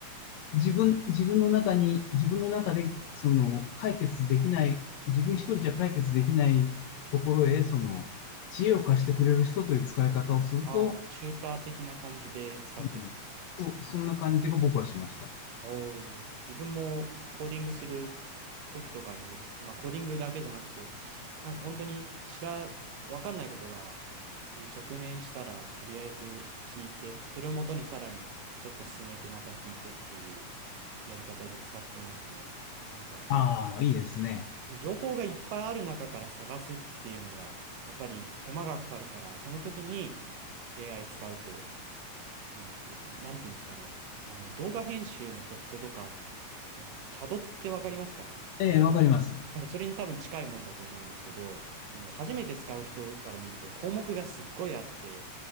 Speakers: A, on the left; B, on the right.
A: 自分、自分の中に、自分の中で、その、解決できない、自分一人じゃ解決できないところへ、その、知恵を貸してくれる人という使い方をすると、
B: ああ、チューター的な感じで使っていくんですね。
A: うん、そう、そんな感じが僕はしました。
B: おー自分もコーディングする時とかに、まあ、コーディングだけじゃなくて、なんか本当に知ら、わかんないことが、に直面したら、とりあえず聞いて、それをもとにさらにちょっと進めて、また聞いてっていうやり方で使ってますね。なんか、
A: ああ、いいですね。
B: 情報がいっぱいある中から探すっていうのが、やっぱり手間がかかるから、その時に AI 使うと、いいっていうか、なんていうんですかね。あの、動画編集のソフトとか、CAD ってわかりますかね
A: ええ、わかります。
B: なんかそれに多分近いもんだと思うんですけど、その初めて使う人から見ると項目がすっごいあって、